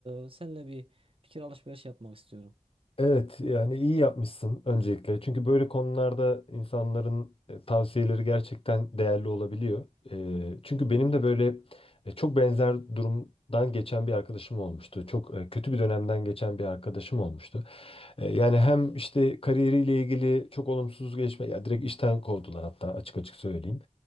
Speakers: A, on the right; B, on the left.
A: e, seninle bir fikir alışverişi yapmak istiyorum.
B: Evet yani iyi yapmışsın öncelikle. Çünkü böyle konularda insanların e, tavsiyeleri gerçekten değerli olabiliyor. E, çünkü benim de böyle e, çok benzer durumdan geçen bir arkadaşım olmuştu. Çok e, kötü bir dönemden geçen bir arkadaşım olmuştu. E, yani hem işte kariyeriyle ilgili çok olumsuz gelişme, ya direkt işten kovdular hatta açık açık söyleyeyim.